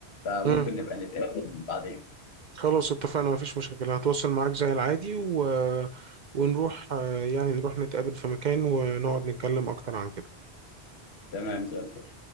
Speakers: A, on the left; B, on the right.
A: فممكن
B: مم.
A: نبقى نتقابل بعدين
B: خلاص اتفقنا مفيش مشكلة هتواصل معاك زي العادي و... ونروح آه، يعني نروح نتقابل في مكان ونقعد نتكلم اكتر عن كده
A: تمام زي الفل